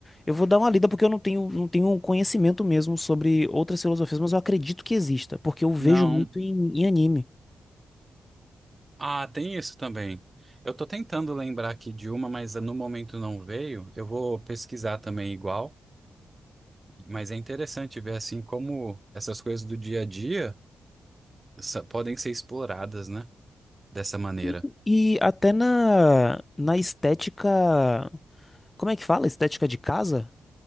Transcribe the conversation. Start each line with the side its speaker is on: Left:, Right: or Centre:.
Left: Eu vou dar uma lida porque eu não tenho não tenho conhecimento mesmo sobre outras filosofias, mas eu acredito que exista, porque eu vejo
Right: Não.
Left: muito em, em anime.
Right: Ah, tem isso também. Eu tô tentando lembrar aqui de uma, mas no momento não veio. Eu vou pesquisar também igual, mas é interessante ver assim como essas coisas do dia a dia sa- podem ser exploradas, né? Dessa maneira.
Left: E, e até na na estética, como é que fala? Estética de casa?